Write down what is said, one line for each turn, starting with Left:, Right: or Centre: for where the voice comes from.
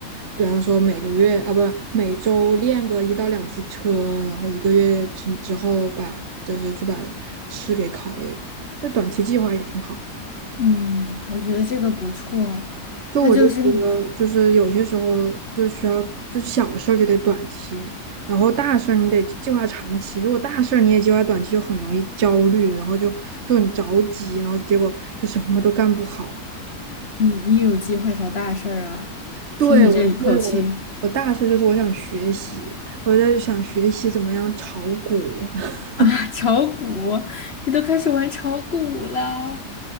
Right: 比方说每个月啊不每周练个一到两次车，然后一个月之之后把就是去把试给考了也，那短期计划也挺好。
Left: 嗯，我觉得这个不错。
Right: 就我就觉得，
Left: 那就是
Right: 就是有些时候就需要，就是小事儿就得短期，然后大事儿你得计划长期。如果大事儿你也计划短期，就很容易焦虑，然后就就很着急，然后结果就什么都干不好。
Left: 你你有计划啥大事儿啊？
Right: 对，
Left: 听你这一口气
Right: 我是我的我大事就是我想学习，我在想学习怎么样炒股。<laughs>
Left: 啊，<laughs> 炒股，你都开始玩炒股了，